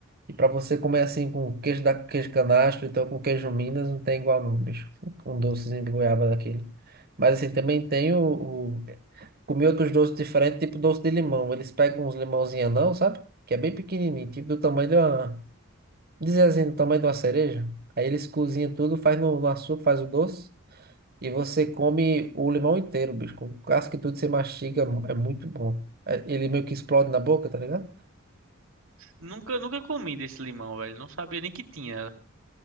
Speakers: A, on the right; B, on the right.
A: E para você comer assim com queijo da queijo canastro, então com queijo Minas, não tem igual não, bicho. Um um docezinho de goiaba daquele. Mas assim, também tem o, o- Comi outros doces diferentes, tipo doce de limão. Eles pegam uns limãozinhos anão, sabe? Que é bem pequenininho, tipo do tamanho de uma... Dizer assim, do tamanho de uma cereja. Aí eles cozinham tudo, faz no, no açúcar, faz o doce. E você come o limão inteiro, bicho. Com casca e tudo, você mastiga, é muito bom. É- Ele meio que explode na boca, tá ligado?
B: Nunca, nunca comi desse limão, velho. Não sabia nem que tinha.